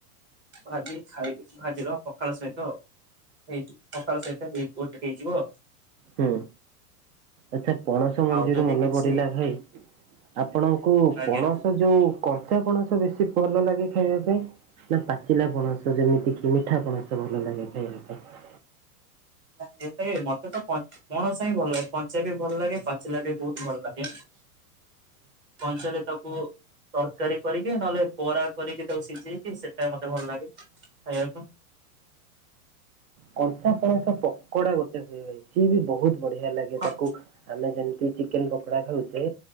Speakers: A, on the right; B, on the right.
A: ଭାଜିକି ଖାଇବି ଭାଜିର ପଖାଳ ସହିତ, ହେଇଯି ପଖାଳ ସହିତ ହେଇ ଗୋଟେ ହେଇଯିବ ଆଉ,
B: ହୁଁ, ଆଚ୍ଛା ପଣସ ମଞ୍ଜିରୁ
A: ଆଉ ଯଦି
B: ମନେ
A: କିଛି
B: ପଡିଲା ଭାଇ ଆପଣଙ୍କୁ
A: ଆଜ୍ଞା।
B: ପଣସ ଯୋଉ, କଞ୍ଚା ପଣସ ବେଶୀ ଭଲ ଲାଗେ ଖାଇବା ପାଇଁ? ନା ପାଚିଲା ପଣସ ଯେମିତି କି ମିଠା ପଣସ ଭଲ ଲାଗେ ଖାଇବା ପାଇଁ?
A: ନାଇଁ ଏଇଟା ମତେ ତ କଞ୍ଚା ପଣସ ହି ଭଲ ଲାଗେ କଞ୍ଚା ବି ଭଲ ଲାଗେ ପାଚିଲା ବି ବହୁତ୍ ଭଲ ଲାଗେ। ଳ, ପଞ୍ଚରେ ତାକୁ, ତରକାରୀ କରିକି ନହେଲେ ବରା କରିକି ତାକୁ ସିଝେଇକି ସେଟା ମତେ ଭଲ ଲାଗେ ଖାଇବାକୁ,
B: କଞ୍ଚା ପଣସ ପକୋଡ଼ା ଗୋଟେ ହୁଏ ଭାଇ ସିଏ ବି ବହୁତ୍, ବଢ଼ିଆ ଲାଗେ
A: ହଁ
B: ତାକୁ ଆମେ ଯେମତି ଚିକେନ୍ ପକୋଡ଼ା ଖାଉଛେ,